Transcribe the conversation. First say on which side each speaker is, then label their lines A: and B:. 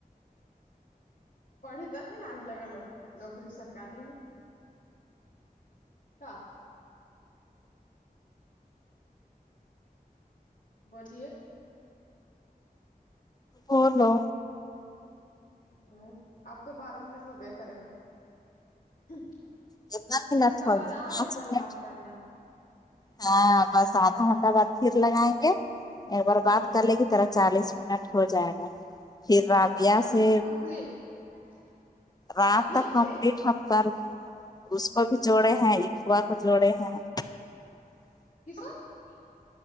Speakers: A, on the left; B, on the left.
A: پڑھی تبھی ن آج لگا ن نوکری سرکاری میں کیا بولیے
B: اور لو
A: ہ آپ تو بارہ منٹ ہو بے کرے گا ہم
B: کتنا منٹ
A: اس کا
B: ہو
A: بعد
B: گیا
A: آ
B: پانچ
A: رہا ہے ایک
B: منٹ
A: بار بات کرنا ہے
B: ہاں بس آدھا گھنٹہ بعد پھر لگائیں گے ایک بار
A: ہوں
B: بات کر لے گی طرح چالیس منٹ ہو جائے گا پھر رابیا
A: آج کا
B: سے
A: کمپلیٹ <inaudible>
B: رات
A: رابعہ
B: تک کمپلیٹ
A: سے
B: ہم کر اس کو بھی جوڑے ہیں اتوا کو جوڑے ہیں
A: <unintelligible>